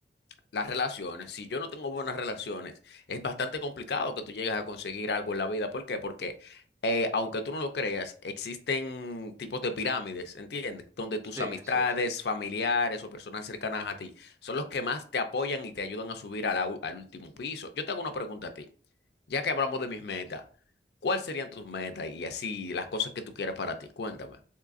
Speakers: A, on the left; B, on the right.
A: las relaciones. Si yo no tengo buenas relaciones, es bastante complicado que tú llegues a conseguir algo en la vida. ¿Por qué? Porque eh, aunque tú no lo creas, existen tipos de pirámides, ¿entiendes? Donde tus
B: sí,
A: amistades,
B: sí, sí.
A: familiares o personas cercanas a ti son los que más te apoyan y te ayudan a subir a la u- al último piso. Yo te hago una pregunta a ti. Ya que hablamos de mis metas, ¿cuáles serían tus metas y así las cosas que tú quieres para ti? Cuéntame.